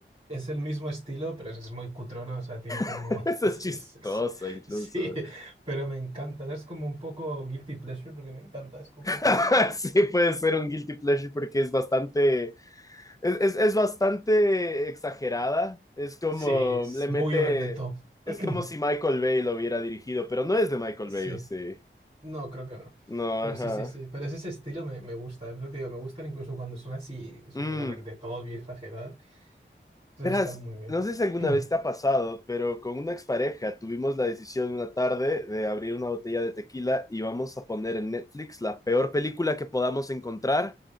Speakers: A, on the right (about 25°); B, on the left (about 15°).
A: es el mismo estilo, pero es, es muy cutrona, o sea, tiene como...
B: <laughs> eso
A: <laughs> es-
B: es chistoso
A: es- es-
B: incluso.
A: sí, pero me encanta, es como un poco guilty pleasure porque me encanta, es como...
B: <laughs> Sí, puede ser un guilty pleasure porque es bastante, es, es, es bastante exagerada, es como,
A: Sí, es
B: le mete,
A: muy over the top.
B: es
A: <clears throat>
B: como si Michael Bay lo hubiera dirigido, pero no es de Michael
A: Sí.
B: Bay, ¿o sí?
A: No, creo que no.
B: No,
A: Pero
B: ajá.
A: sí, sí, sí. Pero es ese estilo me, me gusta. Es lo que digo, me gustan incluso cuando son así súper
B: Mm.
A: over the top y exageradas. Esas
B: Verás,
A: están muy bien.
B: no sé si alguna
A: <clears throat>
B: vez te ha pasado, pero con una expareja tuvimos la decisión una tarde de abrir una botella de tequila y vamos a poner en Netflix la peor película que podamos encontrar